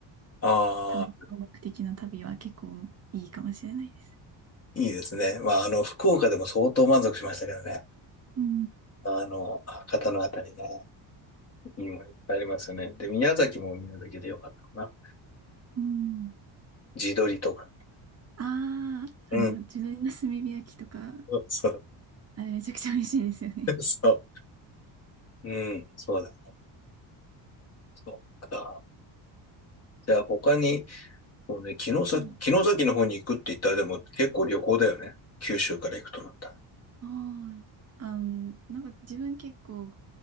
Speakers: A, on the left; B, on the right.
A: ああ、
B: 食べ物目的の旅は結構いいかもしれないです。
A: いいですね。まあ、あの、福岡でも相当満足しましたけどね。
B: うん。
A: まあの、博多のあたりね、いいもんいっぱいありますよね。で、宮崎も宮崎でよかったかな。
B: うん。
A: 地鶏とか。
B: ああー、
A: うん。
B: あの、地鶏の炭火焼きとか、
A: <laughs> そう。
B: あれめちゃくちゃ美味しいですよね。
A: そう。うん。そうだ。そっか。じゃあ、他に、こうね、城崎、
B: うん
A: 城崎の方に行くって言ったら、でも結構旅行だよね。九州から行くとなったら。
B: ああ、あの、なんか自分結構